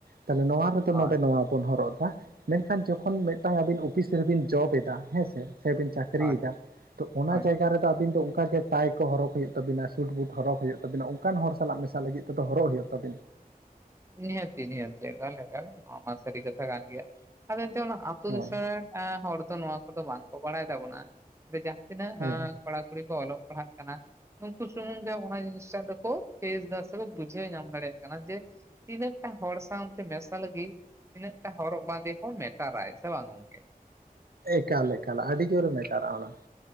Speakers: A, on the right; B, on the right.
A: ᱛᱟᱦᱞᱮ ᱱᱚᱣᱟ ᱨᱮᱫᱚ
B: ᱦᱳᱭ
A: ᱱᱚᱰᱮ ᱱᱚᱣᱟ ᱵᱚᱱ ᱦᱚᱨᱚᱜ ᱮᱫᱟ ᱢᱮᱱᱠᱷᱟᱱ ᱡᱚᱠᱷᱚᱱ ᱢᱤᱫᱴᱟᱝ ᱟᱵᱤᱱ ᱚᱯᱷᱤᱥ ᱨᱮᱵᱤᱱ ᱡᱚᱵ ᱮᱫᱟ ᱦᱮᱸᱵᱤᱱ ᱪᱟᱹᱠᱨᱤ ᱪᱟᱹᱠᱨᱤᱭᱮᱫᱟ
B: ᱦᱳᱭ
A: ᱛᱚ ᱚᱱᱟ
B: ᱦᱳᱭ
A: ᱡᱟᱭᱜᱟ ᱨᱮᱫᱚ ᱟᱹᱵᱤᱱ ᱫᱚ ᱚᱱᱠᱟᱜᱮ ᱴᱟᱭ ᱠᱚ ᱦᱚᱨᱚᱜ ᱦᱩᱭᱩᱜ ᱛᱟᱹᱵᱤᱱᱟ ᱥᱩᱴᱵᱩᱴ ᱦᱚᱨᱚᱜ ᱦᱩᱭᱩᱜ ᱛᱟᱵᱤᱱᱟ ᱚᱱᱠᱟᱱ ᱦᱚᱲ ᱥᱟᱞᱟᱜ ᱢᱮᱥᱟ ᱞᱟᱹᱜᱤᱫ ᱛᱮᱫᱚ ᱦᱚᱨᱚᱜ ᱦᱩᱭᱩᱜ ᱛᱟᱹᱵᱤᱱᱟ
B: ᱱᱤᱦᱟᱹᱛᱤ ᱱᱤᱦᱟᱹᱛᱤ ᱮᱠᱟᱞ ᱮᱠᱟᱞ ᱱᱚᱣᱟ ᱢᱟ ᱥᱟᱹᱨᱤ ᱠᱟᱛᱷᱟ ᱠᱟᱱ ᱜᱮᱭᱟ ᱟᱫᱚ ᱮᱱᱛᱮ ᱚᱱᱟ ᱟᱹᱛᱩ
A: ᱦᱮᱸ
B: ᱫᱤᱥᱚᱢ ᱨᱮ ᱦᱚᱲ ᱫᱚ ᱱᱚᱣᱟ ᱠᱚᱫᱚ ᱵᱟᱝᱠᱚ ᱵᱟᱲᱟᱭ ᱛᱟᱵᱚᱱᱟ ᱡᱟᱦᱟᱸ ᱛᱤᱱᱟᱹᱜ
A: ᱦᱮᱸ
B: ᱠᱚᱲᱟ-ᱠᱩᱲᱤ ᱠᱚ ᱚᱞᱚᱜ ᱯᱟᱲᱦᱟᱜ ᱠᱟᱱᱟ ᱾ ᱱᱩᱠᱩ ᱥᱩᱢᱩᱝ ᱜᱮ ᱚᱱᱟ ᱡᱤᱱᱤᱥ ᱴᱟᱜ ᱫᱚᱠᱚ ᱯᱷᱮᱥ ᱫᱟ ᱥᱮᱠᱚ ᱵᱩᱡᱷᱟᱹᱣ ᱧᱟᱢ ᱫᱟᱲᱮᱭᱟᱜ ᱠᱟᱱᱟ ᱡᱮ ᱛᱤᱱᱟᱹᱜᱴᱟ ᱦᱚᱲ ᱥᱟᱶᱛᱮ ᱢᱮᱥᱟ ᱞᱟᱹᱜᱤᱫ ᱛᱤᱱᱟᱹᱜᱴᱟ ᱦᱚᱨᱚᱜ ᱵᱟᱸᱫᱮ ᱦᱚᱸᱭ ᱢᱮᱴᱟᱨᱟᱭ ᱥᱮ ᱵᱟᱝ ᱜᱚᱝᱠᱮ?
A: ᱮᱠᱟᱞ ᱮᱠᱟᱞ ᱟᱰᱤ ᱡᱳᱨᱮ ᱢᱮᱴᱟᱨᱟ ᱚᱱᱟ ᱾